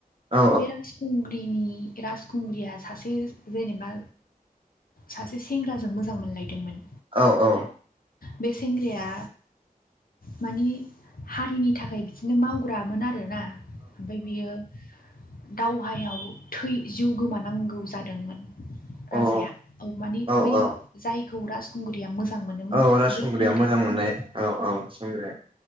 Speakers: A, on the right (about 35°); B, on the left (about 70°).
A: औ
B: बे राजखुंग ग्रिनि राजखुंग्रिया सासे जेनेबा सासे सेंग्राजों मोजां मोनलायदोंमोन।
A: औ औ।
B: बे सेंग्राया मानि हारिनि थाखाय बिदिनो मावग्रामोन आरो ना ओमफ्राय बियो दावहायाव थै जिउ गोमानांगौ जादोंमोन।
A: औ
B: राजाया औ मानि
A: औ
B: बै
A: औ
B: जायखौ राजखुंगुरिया मोजां मोजां मोनोमोन
A: औ राजखुंग्रिया
B: बै सेंग्राया
A: मोजां मोननाय
B: औ औ।
A: सिंग्राया